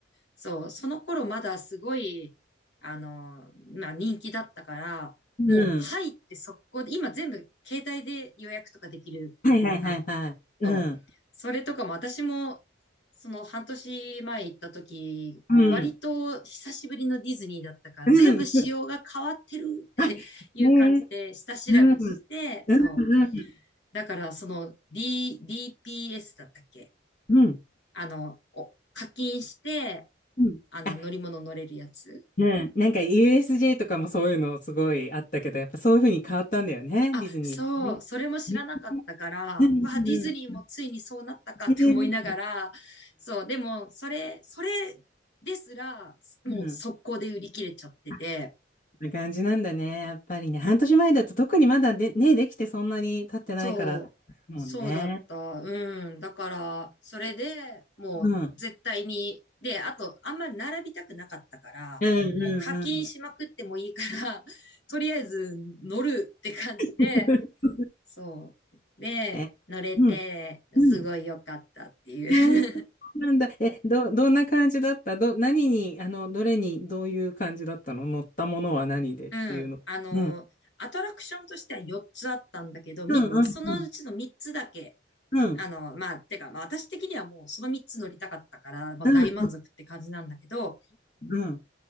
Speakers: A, on the left; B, on the left.
A: そう、その頃まだすごい、あの、まあ人気だったから、
B: うん。
A: もう入って速攻で、今全部携帯で予約とかできるじゃん。
B: はいはいはいはい。
A: そう。
B: うん。
A: それとかも私も、その半年前行った時、
B: うん。
A: 割と久しぶりのディズニーだったから、
B: うん。
A: 全部仕様が変わってるって
B: あ、ねえ。
A: <laughs> いう感じで下調べして、
B: うん。
A: そう。
B: うんうん。
A: だからその D、DPS だったっけ
B: うん。
A: あの、お課金して、
B: うん。
A: あの乗り物乗れるやつ。
B: あ、うん。なんか USJ とかもそういうのすごいあったけど、やっぱそういう風に変わったんだよね、
A: あ、
B: ディズニーもね。
A: そう、それも知らなかったから、
B: ねうんうんうん。
A: うわ、ディズニーもついにそうなったかって思いながら、
B: ねえ、そっか
A: そう、でも、それ、それですら、もう速攻で売り切れちゃってて、
B: うん。あそんな感じなんだね、やっぱりね。半年前だと特にまだで、ね、できてそんなに経ってないから、
A: そう、
B: もんね。
A: そうだった、うん。だから、それでもう絶対に、
B: うん。うん
A: で、あと、あんまり並びたくなかったから、
B: うんうんうん
A: もう課金しまくってもいいから、<laughs> とりあえず乗るって感じで、
B: <laughs>。
A: そう。で、
B: え、
A: 乗れて、
B: うん。うん。
A: すごい良かったってい
B: えー、そうなんだ。
A: う。
B: え、ど、どんな感じだったど、何に、あの、どれに、どういう感じだったの乗ったものは何でっていうの。
A: <laughs> うん。あの、
B: うん。
A: アトラクションとしては4つあったんだけど、3つ、
B: うん、うん、
A: そのうちの3つだけ、
B: うん。うん、
A: あの、まあ、てか、まあ、私的にはもうその3つ乗りたかったから、まあ、
B: うん、
A: 大満足って感じなんだけど、
B: うん。